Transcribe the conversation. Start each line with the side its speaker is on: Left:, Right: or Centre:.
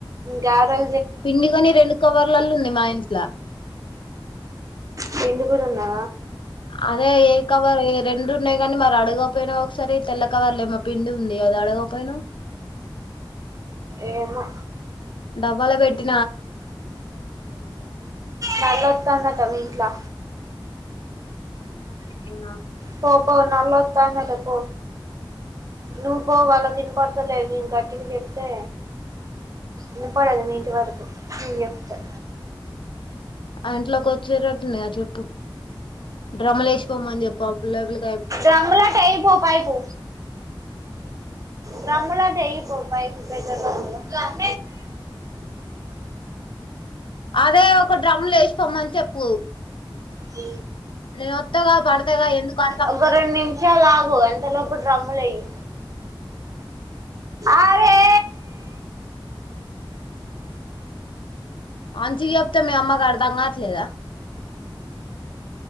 Right: గారే
Left: పిండి గొని రెండు కవర్లలల్ల ఉంది మా ఇంట్ల
Right: పిండి కూడా ఉందా
Left: అదే ఏ కవర్ ఏ రెండు ఉన్నాయి కాని మరి అడగపోయినావు ఒకసారి తెల్ల కవర్లేమో పిండి ఉంది అది అడగపోయినవ్
Right: ఏమో
Left: డబ్బల పెట్టి
Right: నల్లొత్తందంటా మీ ఇంట్లా
Left: ఇంగ
Right: పోపో నల్లోంత్తందట పో నువు పో వాళ్ళకి విన్పడత లేదు నేను గట్టిగా చెప్తే వినపడదు మీ ఇంటి వరకు నేన్ జేప్తే
Left: ఆ ఇంట్లోకి వచ్చేరటనే చెప్పు డ్రమ్ములేసి పొమ్మని చెప్పు ఆ పిల్లగ్లి
Right: డ్రమ్ములో అట ఎయిపో పైపు డ్రమ్ములో అట ఎయిపో పెద్దగ ఉంది కద
Left: అదే ఒక డ్రమ్లో ఏసి పొమ్మని చెప్పు
Right: అ
Left: నేనోత్తగా పడ్తగా ఎందుకా
Right: ఒక రెండు నిమిషాలు ఆగు అంత లోపు డ్రమ్ములేయ్యి అరే....
Left: మంచి చెప్తే మీ అమ్మకి అర్ధం గాట్లేదా